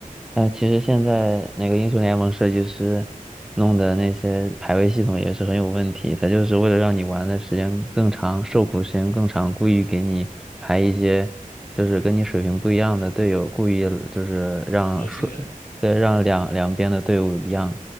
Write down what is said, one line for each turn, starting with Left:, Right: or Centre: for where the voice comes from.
Centre: 呃，其实现在那个英雄联盟设计师弄的那些排位系统也是很有问题，他就是为了让你玩的时间更长，受苦时间更长，故意给你排一些就是跟你水平不一样的队友，故意就是让水，
Left: 恶心人。
Centre: 对，让两两边的队伍一样，